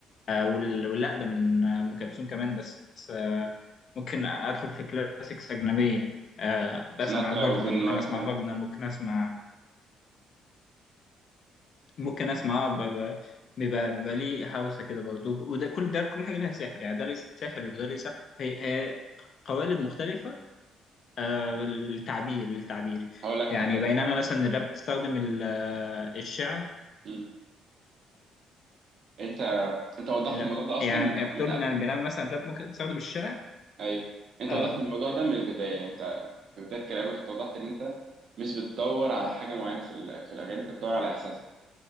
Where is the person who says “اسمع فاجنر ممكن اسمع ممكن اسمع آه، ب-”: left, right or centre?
Left